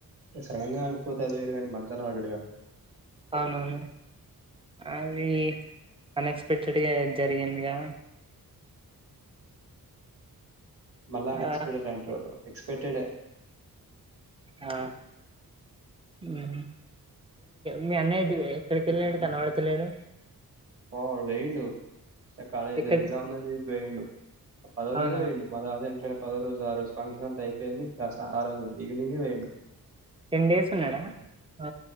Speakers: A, on the right; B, on the right.
A: సడన్ గా చనిపోతే అది వేరు కానీ మంచంలో పడాడుగా
B: అవునవును అది ఉనెక్సపెక్టెడ్ గా జరిగిందిగా
A: మళ్ళా అన్
B: ఆ
A: ఎక్స్పెక్టెడ్ అంటారు ఎక్స్పెక్టెడ్ ఏ
B: ఆ ఉమ్ మీ అన్నయ్య ఎక్కడికి వెళ్ళాడు కనబడటలేడు
A: ఆ వాడు పోయిండు కాలేజ్
B: ఎక్కడికి
A: ఎక్జామ్ ఉంది అని చెప్పి పోయిండు పదో
B: అవునా
A: రోజే పోయిండు మా తాత చనిపోయిన పదో రోజు ఆ రోజు ఫంక్షన్ అంతా అయిపోయింది ఆ రోజు ఈవినింగే పోయిండు
B: టెన్ డేస్ ఉన్నాడా అ